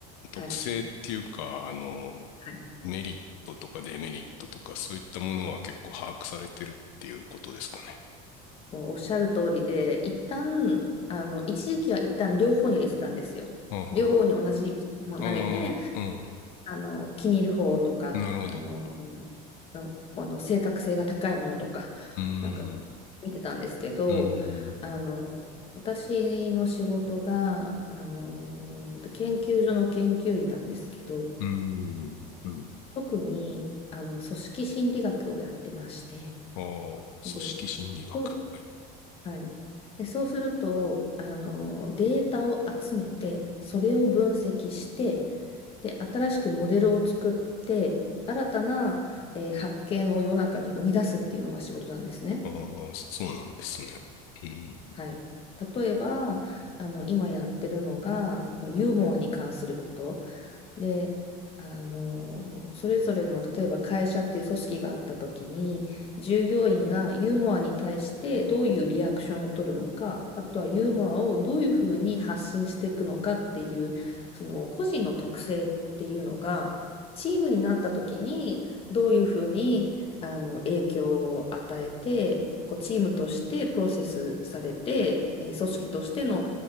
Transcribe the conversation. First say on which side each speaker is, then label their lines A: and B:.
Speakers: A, on the left (about 75°); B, on the left (about 30°).
A: 特性っていうか、
B: はい。
A: あの、
B: はい。
A: メリットとかデメリットとか、そういったものは結構把握されてるっていうことですかね。
B: もうおっしゃる通りで、一旦、あの、一時期は一旦両方に入れてたんですよ。
A: あ
B: 両方に同じもの投げて、
A: あ、ああ、うん。
B: あの、気に入る方とか、
A: なるほど。
B: あの、のあの正確性が高いものとか、
A: うーん。
B: なんか見てたんですけど、
A: うーん、
B: あの、私の仕事が、あの、研究所の研究員なんですけど、
A: うーん、うん。
B: 特に、あの、組織心理学をやってまして、
A: ああ、組織心理学。
B: で、そう
A: はい。
B: はい。で、そうすると、あの、データを集めて、それを分析して、で、新しくモデルを作って、新たな、えー発見を世の中に生み出すっていうのが仕事なんですね。
A: ああ、そうなんですね。うん、
B: はい。例えば、あの、今やってるのが、あの、ユーモアに関すること。で、あの、それぞれの、例えば会社っていう組織があった時に、従業員がユーモアに対してどういうリアクションを取るのか、あとはユーモアをどういうふうに発信していくのかっていう、その個人の特性っていうのが、チームになった時にどういうふうにあの影響を与えて、こうチームとしてプロセスされて、えー組織としての